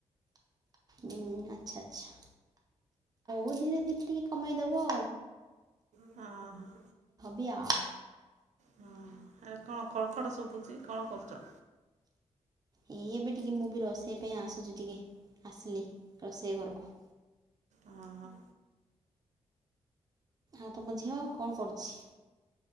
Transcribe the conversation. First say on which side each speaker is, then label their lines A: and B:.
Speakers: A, on the right (about 30°); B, on the right (about 75°).
A: ଉଁ ଆଚ୍ଛା ଆଚ୍ଛା। ରେ ଧିରେ ଧିରେ ଟିକେ କମାଇଦେବ।
B: ହଁ ହଁ।
A: ବି ଆଉ
B: ହଁ ଆରେ କଣ ଖଡ ଖଡ ଶୁଭୁଚି କଣ କରୁଚ?
A: ଏ ଏବେ ଟିକେ ମୁଁ ବି ରୋଷେଇ ପାଇଁ ଆସୁଚି ଟିକେ ଆସିଲି ରୋଷେଇ ଘରକୁ।
B: ହଁ ହଁ।
A: ଆଉ ତମ ଝିଅ କଣ କରୁଚି?